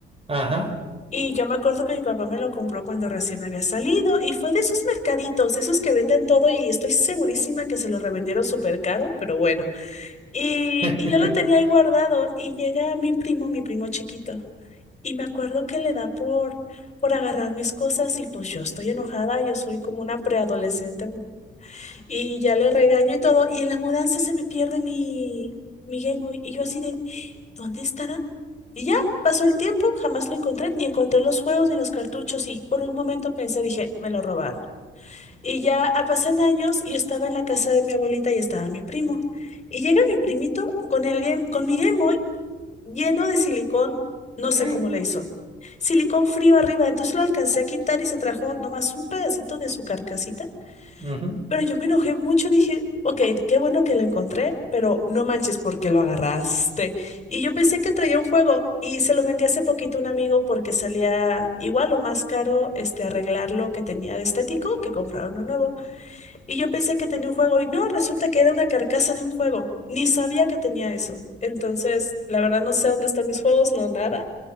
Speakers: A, on the right; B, on the left.
A: ajá.
B: Y yo me acuerdo que mi papá me lo compró cuando recién había salido y fue de esos mercaditos, esos que venden todo y estoy segurísima que se lo revendieron súper caro, pero bueno. Y,
A: <laughs>
B: y yo lo tenía ahí guardado y llega mi primo, mi primo chiquito, y me acuerdo que le da por, por agarrar mis cosas y pues yo estoy enojada, yo soy como una preadolescente mujer. Y ya le regaño y todo y en la mudanza se me pierde mi, mi Game Boy y yo así de... ¿Dónde estará? Y ya, pasó el tiempo, jamás lo encontré, ni encontré los juegos ni los cartuchos y por un momento pensé, dije, me lo robaron. Y ya ah, pasan años y yo estaba en la casa de mi abuelita y estaba mi primo. Y llega mi primito con el game, con mi Game Boy lleno de silicón, no sé
A: Hijo.
B: cómo le hizo. Silicón frío arriba, entonces lo alcancé a quitar y se trajo nomás un pedacito de su carcasita
A: Ujú.
B: pero yo me enojé mucho, dije, ok, qué bueno que lo encontré, pero no manches porque lo agarraste. Y yo pensé que traía un juego y se lo vendí hace poquito a un amigo porque salía igual o más caro este arreglar lo que tenía de estético que comprar uno nuevo. Y yo pensé que tenía un juego y no, resulta que era una carcasa de un juego. Ni sabía que tenía eso. Entonces, la verdad no sé dónde están mis juegos, no nada.